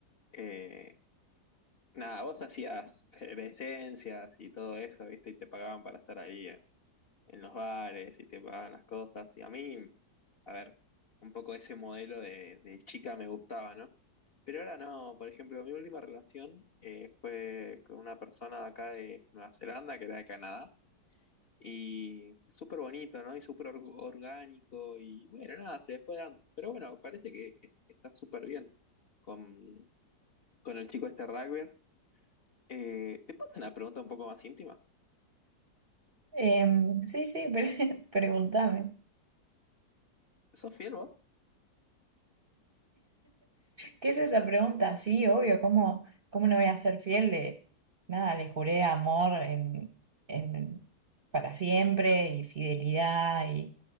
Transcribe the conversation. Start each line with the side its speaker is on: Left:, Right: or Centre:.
Left: Eh, Nada, vos hacías presencias y todo eso, ¿viste? Y te pagaban para estar ahí en, en los bares y te pagaban las cosas. Y a mí, a ver, un poco ese modelo de, de chica me gustaba, ¿no? Pero ahora no, por ejemplo, mi última relación eh, fue con una persona de acá de Nueva Zelanda, que era de Canadá, y fue súper bonito, ¿no? Y súper org- orgánico y bueno, nada, se fue dando. Pero bueno, parece que, que está súper bien con, con el chico este rugby. Eh, ¿te puedo hacer una pregunta un poco más íntima?
Right: Em, sí, sí, <laughs> pre- pregúntame.
Left: ¿Sos fiel vos?
Right: ¿Qué es esa pregunta? Sí, obvio, ¿cómo, cómo no voy a ser fiel de nada? Le juré amor en, en- para siempre y fidelidad y,